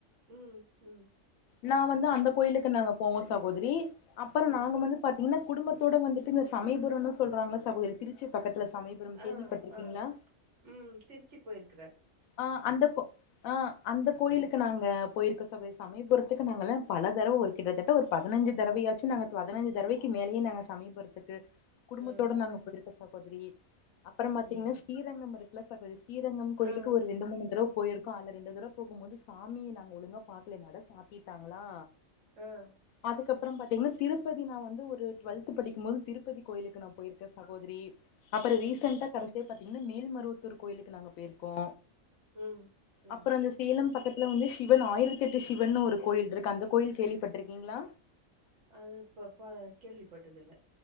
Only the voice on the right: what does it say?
ம் ம்
ம்ஹ்ஹ்ம்.
ம். ம்
ஆ.
ஆ. ம் திருச்சி போயிருக்கிறே
ம்.
ஆ.
அதுவா?
ஆ.
அ
ம்.
ம். ம்.
அது இப்போ பா கேள்விப்பட்டதில்ல